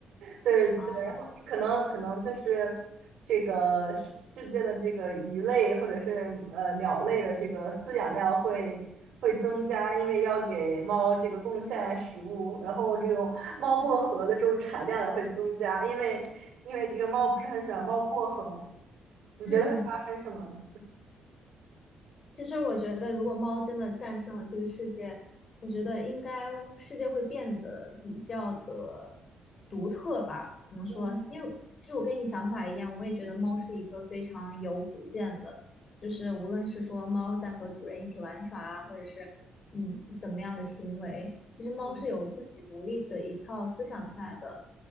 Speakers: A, on the right; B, on the left.
A: 对对，
B: 啊，
A: 然后可能可能就是这个世世界的这个鱼类或者是呃鸟类的这个饲养量会会增加，因为要给猫这个贡献食物，然后这种猫薄荷的这种产量也会增加，因为因为这个猫不是很喜欢猫薄荷嘛，你觉得会发生什么呢？
B: 嗯。其实我觉得，如果猫真的战胜了这个世界，我觉得应该世界会变得比较的独特吧？怎么说？
A: 嗯
B: 因为其实我跟你想法一样，我也觉得猫是一个非常有主见的，就是无论是说猫在和主人一起玩耍啊，或者是嗯怎么样的行为，其实猫是有自己独立的一套思想在的。
A: 嗯，